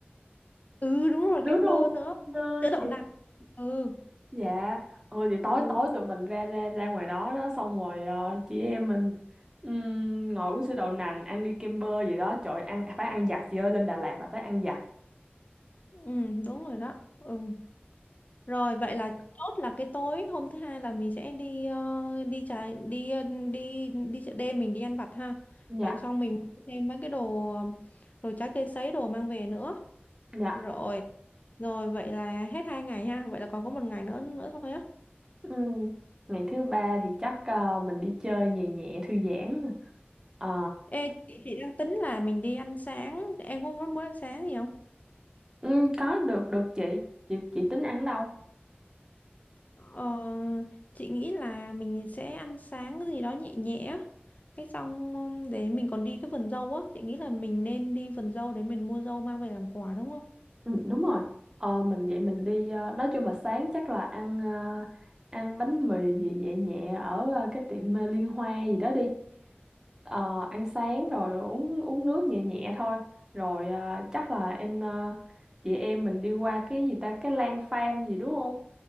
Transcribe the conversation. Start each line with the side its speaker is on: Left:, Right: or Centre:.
Left: ừ đúng rồi
Right: Đúng
Left: kem
Right: rồi,
Left: bơ nữa
Right: kem bơ
Left: sữa đậu
Right: chị
Left: nạc ừ
Right: Dạ, thôi thì tối
Left: ừ,
Right: tối tụi mình ra ra ra ngoài đó đó xong rồi ờ, chị em mình ừm, ngồi uống sữa đậu nành, ăn ly kem bơ gì đó, trời ơi, ăn phải ăn giặt chị ơi, lên Đà Lạt là phải ăn giặt.
Left: ừ đúng rồi đó ừ Rồi vậy là chốt là cái tối hôm thứ hai là mình sẽ đi ờ, đi trái đi ờ, đi đi chợ đêm mình đi ăn vặt ha.
Right: Dạ,
Left: Rồi xong mình mua thêm mấy cái đồ ờ, đồ trái cây sấy đồ mang về nữa.
Right: dạ.
Left: Rồi rồi vậy là hết hai ngày ha. Vậy là còn có một ngày nữa nữa thôi á.
Right: Ừm, Ngày thứ ba thì chắc ờ, mình đi chơi nhẹ nhẹ thư giãn. Ờ,
Left: Ê chị, chị đang tính là mình đi ăn sáng. Em có muốn muốn ăn sáng gì không?
Right: ừm, có được được chị. Chị chị tính ăn ở đâu?
Left: Ờ, chị nghĩ là mình sẽ ăn sáng cái gì đó nhẹ nhẹ á. cái xong um, để mình còn đi cái vườn dâu á chị nghĩ là mình nên đi vườn dâu để mình mua dâu mang về làm quà đúng không
Right: Ừ, đúng rồi. Ờ, mình vậy mình đi ờ, nói chung là sáng chắc là ăn ờ, ăn bánh mì gì nhẹ nhẹ ở ờ, cái tiệm ờ, Liên Hoa gì đó đi. Ờ, ăn sáng rồi uống uống nước nhẹ nhẹ thôi rồi à, chắc là em à, chị em mình đi qua cái gì ta cái lan farm gì đúng không